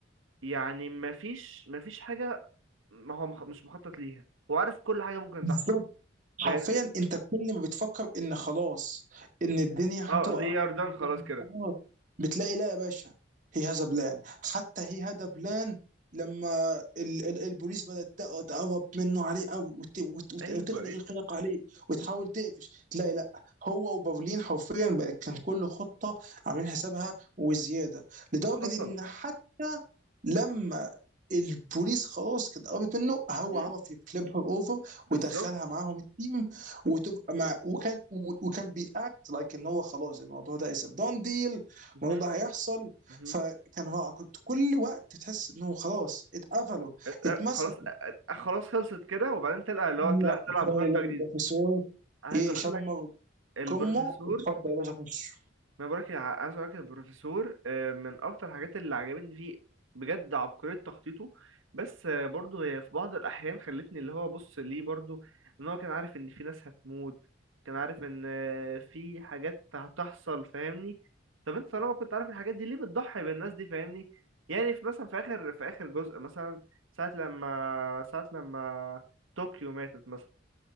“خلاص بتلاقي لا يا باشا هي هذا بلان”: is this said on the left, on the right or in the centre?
Right